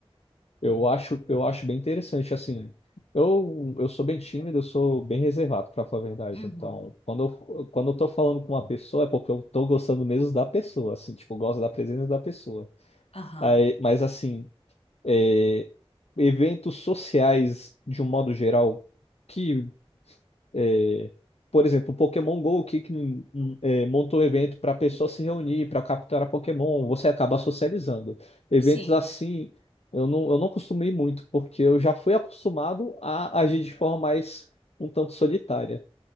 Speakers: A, on the left; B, on the left.
A: Eu acho, eu acho bem interessante, assim. Eu, eu sou bem tímido, eu sou bem reservado, para falar a verdade.
B: Uhum.
A: Então, quando eu, quando eu tô falando com uma pessoa, é porque eu tô gostando mesmo da pessoa, assim, tipo, eu gosto da presença da pessoa.
B: Aham.
A: Aí, mas, assim, é, eventos sociais, de um modo geral, que É, por exemplo, o Pokémon Go que, que hum, é, montou um evento para pessoas se reunir, para capturar Pokémon, você acaba socializando. Eventos
B: Sim.
A: assim, eu não, eu não costumo ir muito, porque eu já fui acostumado a agir de forma mais um tanto solitária.